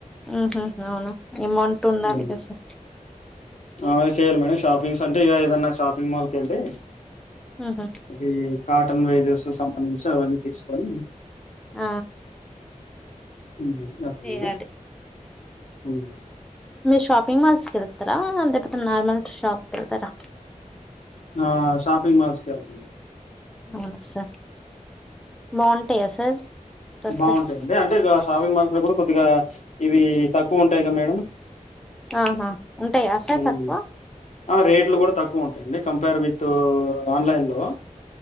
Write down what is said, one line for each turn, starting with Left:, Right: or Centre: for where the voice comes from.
Centre: ఉహ అవునా ఎమౌంట్ ఉండాలి
Left: ఉమ్.
Centre: కద సా
Left: ఆ చెయ్యల్ మేడమ్ షాపింగ్స్ అంటే ఇగా ఏదన్నాషాపింగ్ మాల్ కెళ్తే
Centre: ఉహు
Left: అది కాటన్ వీడియోస్ సంబంధించి అవన్నీ కిడ్స్ పన్
Centre: ఆ
Left: మ్ అవును
Centre: చేయాలి
Left: మేడం మ్
Centre: మీరు షాపింగ్ మాల్స్ కెళ్తారా, లేకపోతే నార్మల్ షాప్కి ఏళ్తారా?
Left: ఆ షాపింగ్ మాల్స్ కెళ్తామ్.
Centre: అవును సా బావుంటాయా సార్ డ్రెస్సెస్
Left: బావుంటాయిండి అంటే ఇగ షాపింగ్ మాల్ కూడా కొద్దిగా ఇవి తక్కువ ఉంటాయి కద మేడం.
Centre: ఆహా ఉంటాయ సార్
Left: ఉమ్.
Centre: తక్కువ?
Left: ఆ రేట్లు కూడా తక్కువ ఉంటాయండి. కంపెర్ విత్ ఆన్లైన్ లో. వో